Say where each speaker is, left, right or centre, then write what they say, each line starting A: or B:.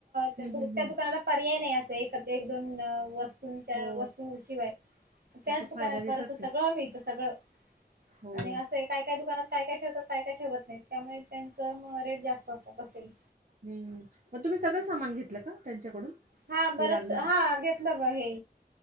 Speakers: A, on the right; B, on the right.
A: त्या
B: हं, हं, हं.
A: दुकानाला पर्याय नाही अस एक एक दोन वस्त वस्तूंच्या
B: हो.
A: वस्तू शिवाय त्याच
B: त्याचा
A: दुकानात
B: फायदा
A: बरस
B: घेतात ते.
A: सगळं मिळत सगळं
B: हो.
A: आणि असं आहे काय काय दुकानात काय काय ठेवतात काय काय ठेवत नाही त्यामुळे त्यांचं मग रेट जास्त असतात असंही
B: हम्म मग तुम्ही सगळं सामान घेतलं का त्यांच्याकडून
A: हा
B: जे
A: बरंच
B: लागणार
A: हा घेतलं ब हे